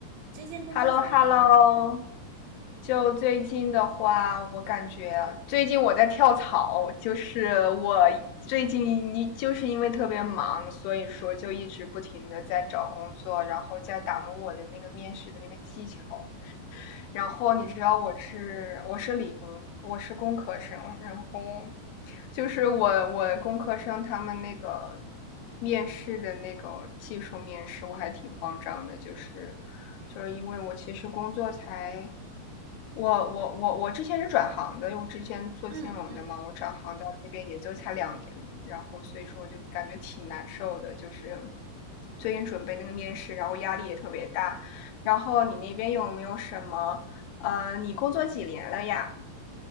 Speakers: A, on the right; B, on the left.
A: 你最近工作怎么样呀？
B: h e l l o h e l l o 就最近的话，我感觉最近我在跳槽，就是我最近一就是因为特别忙，所以说就一直不停的在找工作，然后在打磨我的那个面试的那个技巧。然后你知道我是我是理工，我是工科生，然后就是我我工科生他们那个面试的那个技术面试，我还挺慌张的，就是就是因为我其实工作才。我我我我之前是转行的，因为我之前做金融的嘛，
A: 嗯嗯，
B: 我转行到那边也就才两年，然后所以说我就感觉挺难受的，就是最近准备那个面试，然后压力也特别大。然后你那边有没有什么呃，你工作几年了呀？